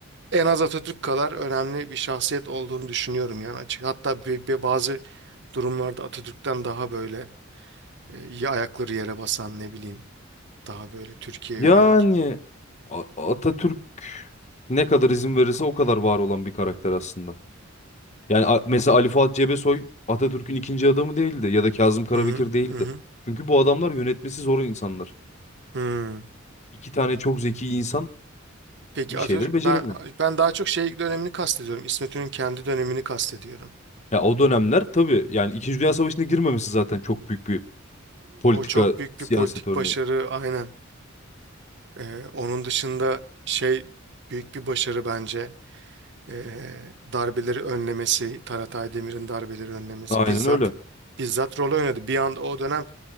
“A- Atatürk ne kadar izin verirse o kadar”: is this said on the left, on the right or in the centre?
Left